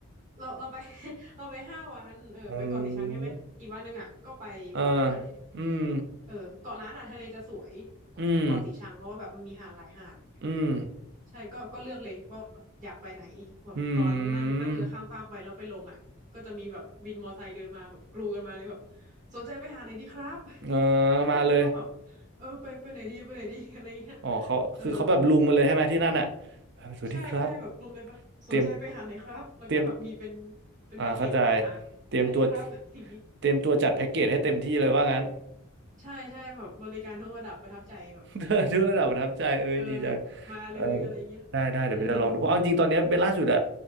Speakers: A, on the right; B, on the right.
A: เราเราไป <laughs> เราไปห้าวันเออไปเกาะสีชังใช่ไหมอีกวันหนึ่งอ่ะก็ไปเกาะล้าน
B: โอ้เอออืม
A: เออเกาะล้านอ่ะทะเลจะสวยกว่าเกาะสีชังเพราะว่าแบบมันมีหาดหลายหาด
B: อืมอืม
A: ใช่ก็ก็เลือกเลยว่าอยากไปไหนแบบตอนนั่งนั่งเรือข้ามฟากไปแล้วไปลงอ่ะก็จะมีแบบวินมอไซค์เดินมาแบบกรูกันมาเลยแบบ
B: อืม
A: สนใจไปหาไหนดีครับ
B: เออ
A: <laughs>
B: มาเลย
A: เราก็ต้องแบบเออไปไปไหนดีไปไหนดีอะไรเงี้ย
B: อ๋อเขาคือเขาแบบลุมมาเลยใช่ไหมที่นั่นอะ
A: เออ
B: เออสวัสดีครับ
A: ใช่ใช่แบบรวมเลยครับสนใจไปหาไหนครับแล้วก็แบบมีเป็น
B: เตรียมเตรียม
A: เป็นแพ็กเกจป้ายมา
B: อ่าเข้าใจเตรียมตัว
A: อันนี้ครับ <laughs> อย่างนี้
B: เตรียมตัวจัดแพ็กเกจให้เต็มที่เลยว่างั้น
A: ใช่ใช่แบบบริการทุกระดับประทับใจแบบ
B: <laughs> ทุกระดับประทับใจเอ้ยดีจัง
A: เออมาเลยอะไรเงี้ย
B: เออได้ได้เดี๋ยวเบนจะลองดูเพราะเอาจริงตอนเนี้ยเบนล่าสุดอะ
A: อืม